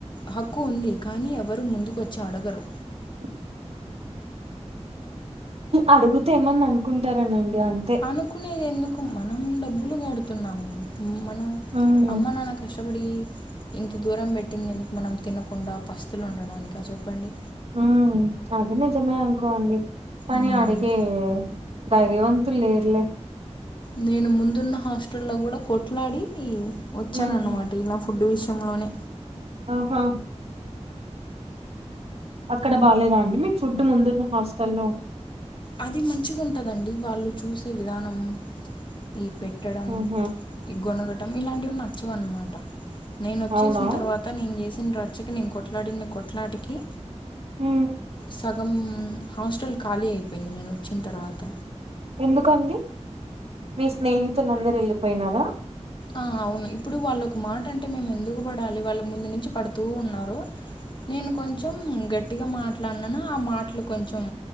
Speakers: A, on the left (about 40°); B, on the right (about 60°).
A: హక్కు ఉంది కానీ ఎవరు ముందుకుొచ్చి అడగరు
B: <inaudible> అడుగుతే ఏమని అనుకుంటారనండి అంతే.
A: అనుకునేది ఎందుకు మనం డబ్బులు గడు తున్నాం మన
B: హ్మ్.
A: అమ్మ నాన్న కష్ కష్టబడి ఇంత దూరం పెట్టింది ఎందుకు మనం తినకుండా పస్తులు ఉండడానిక చెప్పండి.
B: ఉ అది నిజమే అనుకోండి కానీ
A: మ్మ్.
B: అడిగే ధైర్యవంతులు లేరిలే
A: నేను ముందున్న హాస్టల్ లో కూడా కొట్లాడి వచ్చాన
B: ఉమ్
A: అన్నమాట ఇలా ఫుడ్ విషయంలోనే
B: ఆహా అక్కడ బాగలేదా అంటిమి ఫుడ్ ముందున్న హాస్టల్లో
A: అది మంచిగా ఉంటుందండి వాళ్ళు చూసే విధానం ఈ పెట్టడం
B: ఉహు
A: ఈ గొనగటడం ఇలాంటివి నచ్చవున్నమాట. నేను వచ్చేసిన
B: అవునా
A: తర్వాత నేను చేసిన రచ్చకి నేను కొట్లాడిన కొట్లాటికి
B: ఉ
A: సగం హాస్టల్ ఖాళీ అయిపోయింది నేను వచ్చిన తర్వాత
B: ఎందుకండి మీ స్నేహితులందరు వెళ్ళిపోయినారా?
A: ఆ అవును ఇప్పుడు వాళ్ళొ ఒక మాట అంటే మేము ఎందుకు పడాలి, వాళ్ళ ముందు నుంచి పడుతూ ఉన్నారు. నేను కొంచెం గట్టిగా మాట్లాడినాను ఆ మాటలు కొంచెం